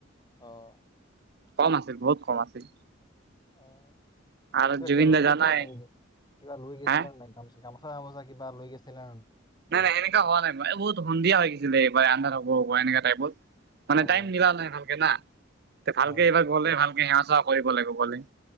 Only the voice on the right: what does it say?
কম আছিল, বহুত কম আছিল।
আৰু
জুবিন
দা জানাই
হা
নাই নাই এনেকা হোৱা নাই বহুত সন্ধিয়া হৈ গেছিলে এইবাৰ আন্ধাৰ হব হব ইনেকা টাইপত। মানে
টাইম
মিলা নাই ভালকে না ভালকে
এইবাৰ গ'লে ভালকে সেৱা চেৱা কৰিব লাগিব গলে।